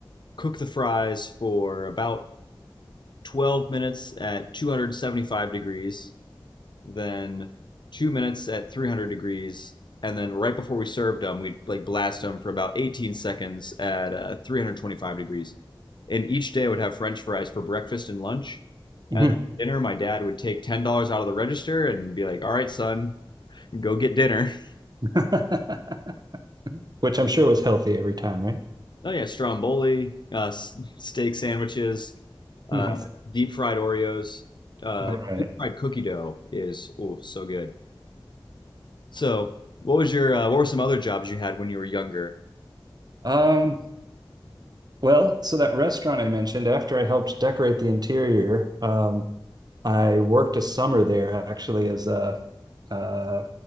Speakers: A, on the left; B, on the right.
A: cook the fries for about 12 minutes at 275 degrees, then two minutes at 300 degrees, and then right before we served them, we'd like blast them for about 18 seconds at uh, 325 degrees. and each day I would have French fries for breakfast and lunch.
B: Mhm.
A: And at dinner, my dad would take ten dollars out of the register and be like, "All right, son, go get dinner." <laughs>
B: <laughs> Which I'm sure was healthy every time, right?
A: Oh yeah, stromboli, uh, steak sandwiches,
B: Nice.
A: uh, deep fried Oreos, uh,
B: All right.
A: deep fried cookie dough is oh so good. So, what was your uh, what were some other jobs you had when you were younger?
B: Um, well, so that restaurant I mentioned, after I helped decorate the interior, um, I worked a summer there actually as a uh,